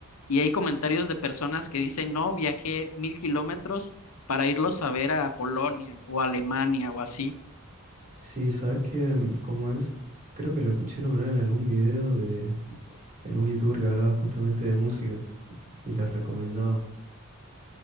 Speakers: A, on the left; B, on the right.
A: y hay comentarios de personas que dicen, no, viajé mil kilómetros para irlos a ver a Polonia o Alemania o así.
B: Sí, sabes que, ¿cómo es? Creo que lo escuché nombrar en algún video de, de algún youtuber que hablaba justamente de música y las recomendaba.